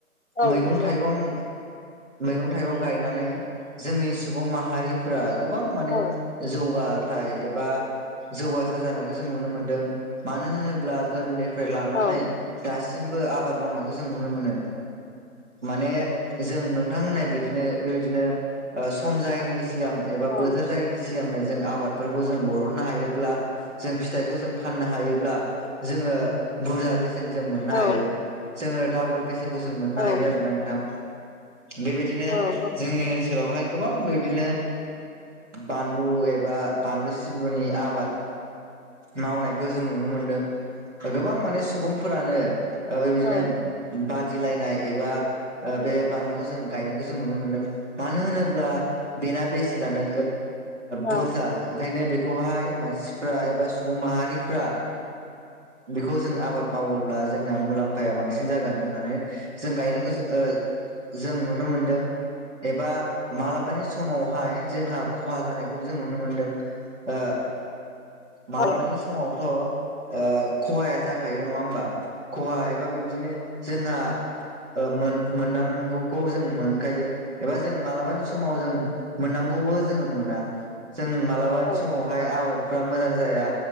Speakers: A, on the left (about 50°); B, on the right (about 50°).
A: औ
B: मैगं
A: नंगौ
B: थाइगं मैगं थाइगं गायनानै जोंनि सुबुं माहारिफोरा गोबां माने
A: औ
B: जौगा नाथाय एबा जौगासार जानायखौ जों नुनो मोनदों मानो होनोब्ला गोदोनि फ्राय लानानै
A: औ
B: दासिमबो आबाद मावनायखौ जों नुनो मोनो माने जों नोंथां होननाय बायदिनो बेबायदिनो सम जायैनि सिगां एबा
A: औ
B: बोथोर जायैनि सिगांनो जों आबादफोरखौ जों बरहननो हायोब्ला जों फिथाइखौ जों फाननो हायोब्ला जोङो बुरजा बेसेन जों मोननो हायो
A: औ
B: जोङो डाबल बेसेन मोननो
A: औ
B: ह आरोोना नोंथां बेबायदिनो
A: औ
B: जोंनि ओनसोलावहाय गोबां बिदिनो बानलु एबा बानलु सिब्रुनि आबाद मावनायखौ जों नुनो मोनदों गोबां माने सुबुंफोरानो बेबायदिनो
A: औ
B: बादिलायनाय एबा बे बानलुखौ जों गायनायखौ जों नुनो मोनदों मानो होनोब्ला बेना बेसेनानो बुरजा
A: औ
B: ओंखायनो बेखौहाय मानसिफ्रा एबा सुबुं माहारिफ्रा बेखौ जों आबाद मावोब्ला जोंना मुलाम्फाया बांसिन जागोन होननानै जों गायनायखौ जों जों नुनो मोनदों एबा मालाबानि समावहाय जोंहा खहा जानायखौबो जों नुनो मोनदों ओ मालाबानि
A: औ
B: समावथ' खहाया जाखायो नङा होमबा खहा एबा बेबदिनो जोंहा मोन मोननांगौखौ जों मोनखायो एबा जों मालाबानि समाव जों मोननांगौबो जोङो मोना जों मालाबानि
A: औ
B: समावहाय आबादफ्रा मोजां जाया